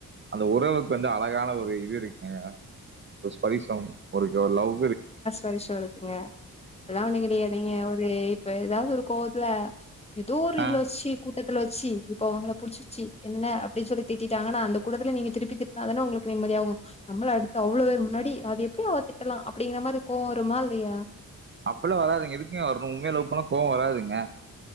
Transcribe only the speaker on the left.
பருஷம் இருக்குங்க எல்லா ஒண்ண கிடையாதுீங்க ஒரு இப்ப ஏதாவது ஒரு கோவத்துல ஏதோ ஒரு இல
சி கு வச்சு இப்ப அவங்க புடிச்சச்சு என்ன அப்படின்னு சொல்லி திட்டிட்டாங்கன்னா அந்த கூடத்துல நீங்க திருப்பி திட்னா தான உங்களுக்கு நிம்மதியாகு நம்மள அடுத்து அவ்வளவு பேர் முன்னாடி அது எப்படி அவத்திட்டலாம் அப்படிங்கிற மாதிரி கோ வருமா இல்லையா